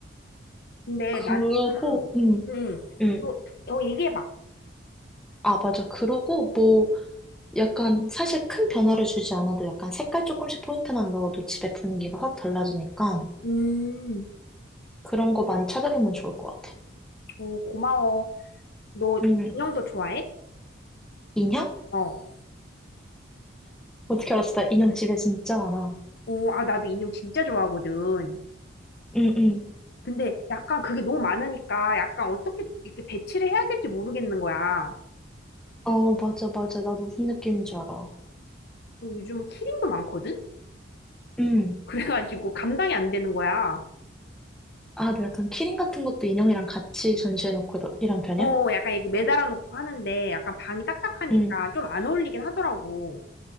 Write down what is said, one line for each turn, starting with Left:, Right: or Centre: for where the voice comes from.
Left: 근데
Centre: 그러고
Left: 나는 조금,
Centre: 음
Left: 음,
Centre: 음.
Left: 그, 어, 얘기해봐.
Centre: 아 맞아. 그러고 뭐 약간 사실 큰 변화를 주지 않아도 약간 색깔 조금씩 포인트만 넣어도 집의 분위기가 확 달라지니까
Left: 음,
Centre: 그런 거 많이 찾아보면 좋을 것 같아.
Left: 어, 고마워. 너
Centre: 음,
Left: 인형도 좋아해?
Centre: 인형?
Left: 어,
Centre: 어떻게 알았어? 나 인형 집에 진짜 많아.
Left: 어, 아, 나도 인형 진짜 좋아하거든.
Centre: 응, 응.
Left: 근데 약간 그게 너무 많으니까 약간 어떻게 이렇게 배치를 해야 될지 모르겠는 거야.
Centre: 어, 맞아, 맞아. 나도 무슨 느낌인지 알아.
Left: 요즘 키링도 많거든?
Centre: 응.
Left: 그래가지고 감당이 안 되는 거야.
Centre: 아, 너 약간 키링 같은 것도 인형이랑 같이 전시해놓고 이러- 이런 편이야?
Left: 어, 약간 이렇게 매달아 놓고 하는데 약간 방이 딱딱하니까
Centre: 응.
Left: 좀 안 어울리긴 하더라고.